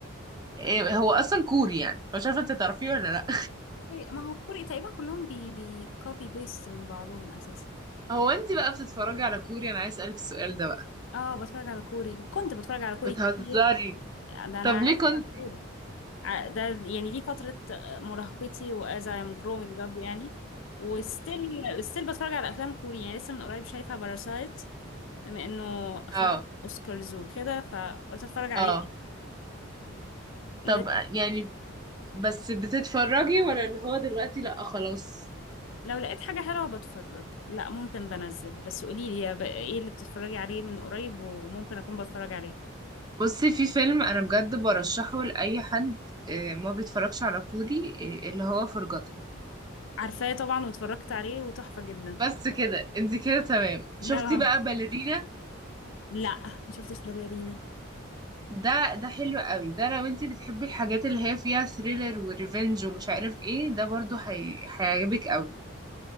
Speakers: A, on the right (about 20°); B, on the left (about 70°).
A: آه، هو اصلا كوري يعني فمش عارفه انت تعرفيه ولا لا
B: أوكي. ما هو كوري تقريبا كلهم بي بي كوبي بيست من بعضهم اساسا
A: <laughs> هو انت بقى بتتفرجي على كوري انا عايز اسالك السؤال ده بقى
B: اه بتفرج على كوري كنت بتفرج على كوري
A: بتهزري
B: كتير ده انا
A: طب ليه
B: عارفة
A: كنتي
B: عن كوري ع- ده يعني دي فترة مراهقتي و as I'm growing up يعني وستيل ستيل بتفرج على افلام كوري يعني لسه من قريب شايفة باراسايت بما انه خد
A: اه
B: اوسكارز وكده فقلت اتفرج عليه
A: اه
B: لا-
A: طب يعني بس بتتفرجي ولا اللي هو دلوقتي لأ خلاص
B: لو لقيت حاجة حلوة بتفرج لا ممكن بنزل بس قوليلي يا بقى ايه اللي بتتفرجي عليه من قريب وممكن اكون بتفرج عليه
A: بصي في فيلم أنا بجد برشحه لأي حد آه، ما بيتفرجش على كوري آه، اللي هو فرجتن
B: عارفاه طبعا واتفرجت عليه وتحفة جدا
A: بس كده انت كده تمام
B: لا
A: شفتي بقى باليرينا
B: لا ما شفتش لا باليرينا
A: ده ده حلو قوي ده لو انت بتحبي الحاجات اللي هي فيها ثريلر وريفنج ومش عارف ايه ده برضو حي... هيعجبك قوي